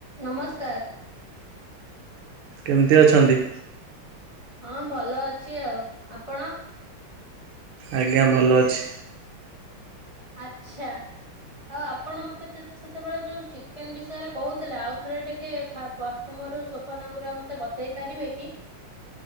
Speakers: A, on the left (about 15°); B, on the right (about 80°).
A: ନମସ୍କାର।
B: କେମିତି ଅଛନ୍ତି?
A: ହଁ ଭଲ ଅଛି ଆଉ। ଆପଣ?
B: ଆଜ୍ଞା ଭଲ ଅଛି।
A: ଆଛା। ଆଉ ଆପଣ ମତେ ସେତେବେଳେ ଯୋଉ ଚିକେନ୍ ବିଷୟରେ କହୁଥିଲେ। ଆଉ ଥରେ ଟିକେ ପ ପ୍ରଥମରୁ ସ୍ୱପନଗୁର ମତେ ବତେଇ ପାରିବେ କି?